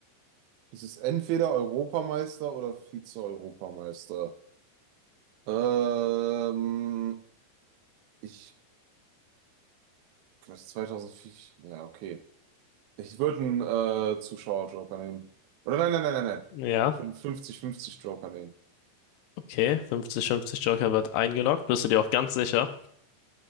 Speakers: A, on the right; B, on the left.
A: Es ist entweder Europameister oder Vize-Europameister. Ähm, ich Vielleicht 2004. Ja, okay. Ich würde einen äh, Zuschauer-Joker nehmen. Oder nein, nein, nein, nein, nein.
B: Ja,
A: Ich würde einen 50-50-Joker nehmen.
B: okay. 50-50 Joker wird eingeloggt. Bist du dir auch ganz sicher?